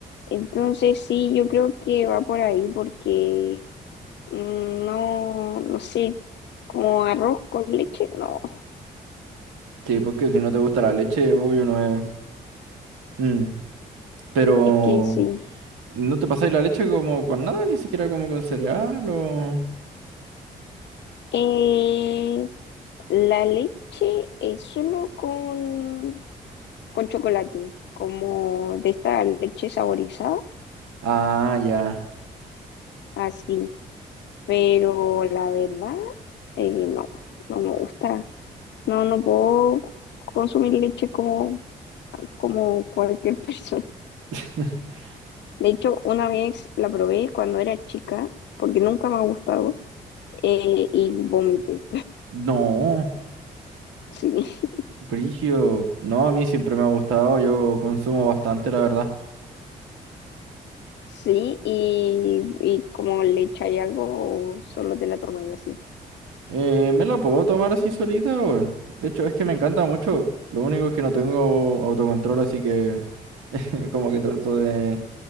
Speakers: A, on the left; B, on the right.
A: Entonces sí, yo creo que va por ahí porque Mm, No, no sé, como arroz con leche, no,
B: Sí, porque si no te gusta la leche, obvio no es. Mm, pero
A: es que sí.
B: no te pasáis la leche como con nada, ni siquiera como con cereal o.
A: Eh, la leche es solo con, con chocolate, como de esta leche saborizada,
B: Ah, ya.
A: así. Pero la verdad, eh, no, no me gusta. No, no puedo consumir leche como, como cualquier <laughs> persona.
B: <laughs>
A: De hecho, una vez la probé cuando era chica, porque nunca me ha gustado, eh, y vomité.
B: No.
A: Sí, <laughs>
B: Brigio, no, a mí siempre me ha gustado, yo consumo bastante, la verdad.
A: sí, y, y como le echáis algo, solo te la tomáis así.
B: Eh, me la puedo tomar así solita, weón. De hecho, es que me encanta mucho. Lo único es que no tengo autocontrol, así que <laughs> como que trato de,